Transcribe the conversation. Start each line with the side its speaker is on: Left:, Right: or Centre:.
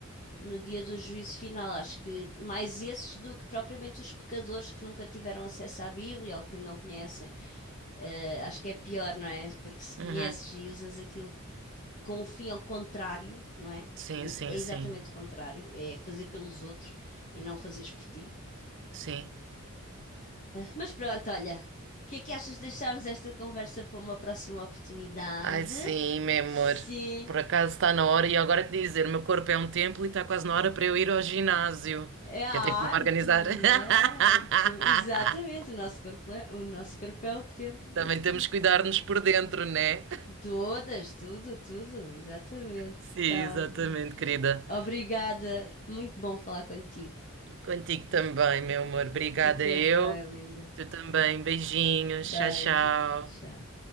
Left: no dia do juízo final. Acho que mais esses do que propriamente os pecadores que nunca tiveram acesso à Bíblia ou que não conhecem. Eh, acho que é pior, não é? Porque se conheces
Right: Uhum,
Left: e usas aquilo com o fim ao contrário, não é? Porque
Right: Sim,
Left: ex-
Right: sim,
Left: é exatamente
Right: sim.
Left: o contrário, é fazer pelos outros e não fazeres por ti.
Right: Sim.
Left: Mas pronto, olha, o que é que achas de deixarmos esta conversa para uma próxima oportunidade?
Right: Ai, sim, meu
Left: Sim.
Right: amor. Por acaso está na hora, e agora te dizer, o meu corpo é um templo e está quase na hora para eu ir ao ginásio.
Left: É, Ah,
Right: Que eu tenho que me organizar.
Left: muito bem.
Right: <laughs>
Left: Muito- Exatamente, o nosso corpo é, o nosso corpo é o templo
Right: Também
Left: do Espírito
Right: temos que cuidar-nos
Left: Santo.
Right: por dentro, né?
Left: Todas, tudo, tudo, exatamente.
Right: Sim,
Left: Então,
Right: exatamente, querida.
Left: obrigada. Muito bom falar contigo.
Right: Contigo também, meu amor. Obrigada
Left: Fica
Right: eu.
Left: bem, linda.
Right: Tu também. Beijinhos.
Left: Beijo.
Right: Tchau, tchau.
Left: Tchau.